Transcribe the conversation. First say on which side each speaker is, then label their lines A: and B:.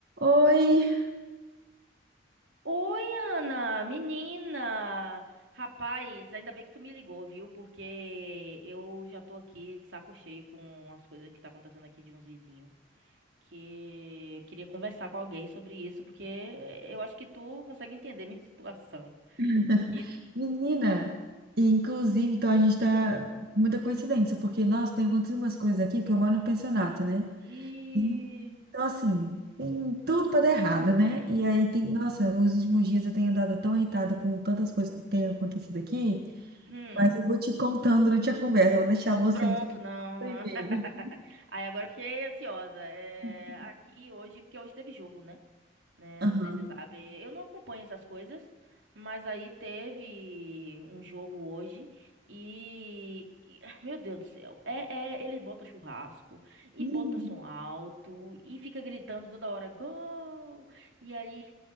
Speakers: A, on the right (about 60°); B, on the right (about 85°).
A: Oi,
B: Oi, Ana, menina! Rapaz, ainda bem que tu me ligou, viu? Porque eu já tô aqui de saco cheio com as coisas que tá acontecendo aqui de uns vizinhos. Que eu queria conversar com alguém sobre isso, porque eu acho que tu consegue entender minha <laughs> situação.
A: <laughs>
B: Que.
A: menina! E, Inclusive, então a gente tá com muita coincidência, porque, nossa, tem acontecido umas coisas aqui que eu moro no pensionato, né?
B: E.
A: Uhum. Então, assim, tem tudo pra dar errado, né? E aí, tem, nossa, nos últimos dias eu tenho andado tão irritada com tantas coisas que têm acontecido aqui,
B: Hum.
A: mas eu vou te contando durante a conversa, eu vou deixar você
B: Pronto,
A: dizer
B: não.
A: primeiro.
B: <laughs> Aí agora eu fiquei ansiosa. É,
A: <laughs>
B: aqui hoje, porque hoje teve jogo, né? Né,
A: Aham.
B: não sei se você sabe. Eu não acompanho essas coisas, mas aí teve um jogo hoje e. e- ah, Meu Deus do céu. É, é, eles botam churrasco e
A: Hum.
B: botam som alto e fica gritando toda hora, gol! E aí.